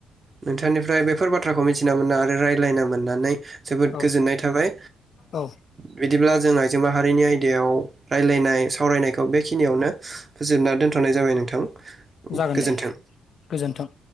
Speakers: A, on the right; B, on the left.
A: नोंथांनिफ्राय बेफोर बाथ्राखौ मिथिना मोना आरो रायज्लायना मोननानै जोबोद
B: औ
A: गोजोननाय थाबाय
B: औ
A: बिदिब्ला जों आइजो माहारिनि आयदायाव रायज्लायनाय सावरायनायखौ बेखिनियावनो होजोबना दोनथ'नाय जाबाय नोंथां
B: जागोन
A: गोजोन्थों।
B: दे गोजोन्थों